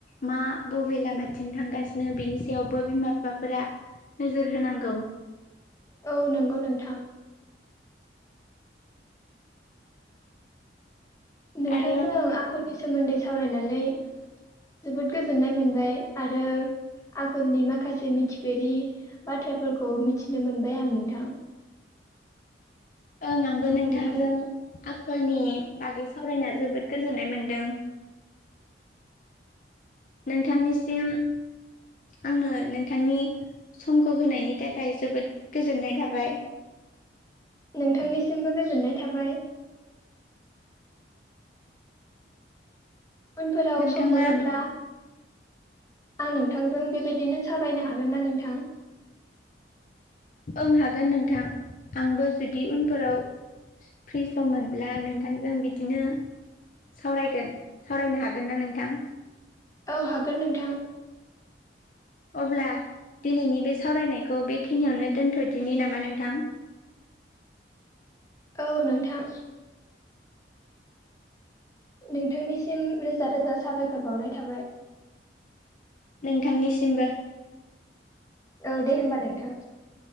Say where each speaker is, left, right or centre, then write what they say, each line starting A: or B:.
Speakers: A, on the left; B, on the left.
A: मा बबे लामाथिं थांगासिनो बेनि सायावबो बिमा बिफाफोरा नोजोर होनांगौ
B: औ नंगौ नोंथां नोंथांजों
A: आरो
B: आं आखलनि सोमोन्दै सावरायनानै जोबोद गोजोननाय मोनबाय आरो आखलनि माखासे मिथिफेरि बाथ्राफोरखौ मिथिनो मोनबाय आं नोंथां
A: ओं आंबो नोंथांजों
B: नोंथां
A: आखलनि बागै सावरायना जोबोद गोजोननाय मोनदों नोंथांनिसिम आंङो नों थांनि समखौ होनायनि थाखाय जोबोद गोजोननाय थाबाय
B: नोंथांनिसिमबो गोजोननाय थाबाय उनफोराव
A: नोंथाङा
B: सम मोनोब्ला आं नोंथांजों बेबायदिनो सावरायनो हागोन ना नोंथां
A: ओं हागोन नोंथां आंबो जुदि उनफोराव फ्रि सम मोनब्ला नोंथांजों बि बिदिनो सावरायगोन सावरायनो हागोन ना नोंथां
B: औ हागोन नोंथां
A: अब्ला दिनैनि बे सावरायनायखौ बेखिनियावनो दोनथ'दिनि नामा नोंथां
B: औ नोंथां नोंथांनिसिम रोजा रोजा साबायखर बावनाय थाबाय
A: नोंथांनिसिमबो
B: औ दे होमबा नोंथां